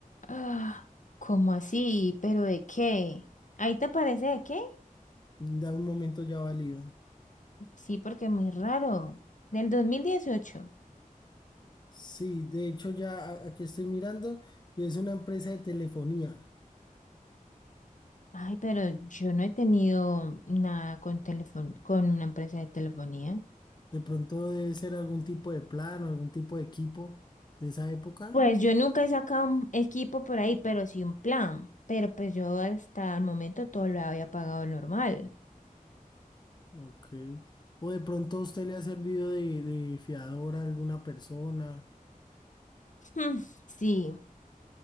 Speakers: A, on the left; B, on the left.
A: Ah, ¿cómo así? ¿Pero de qué? ¿Ahí te aparece de qué?
B: Da un momento ya válido.
A: Sí, porque es muy raro. Del 2018.
B: Sí, de hecho ya a- aquí estoy mirando y es una empresa de telefonía.
A: Ay, pero yo no he tenido nada con teléfono, con una empresa de telefonía.
B: De pronto debe ser algún tipo de plan o algún tipo de equipo de esa época.
A: Pues yo nunca he sacado un equipo por ahí, pero sí un plan. Pero pues yo hasta el momento todo lo había pagado normal. <laughs>
B: Ok. O de pronto a usted le ha servido de, de fiador a alguna persona.
A: Mm, Sí,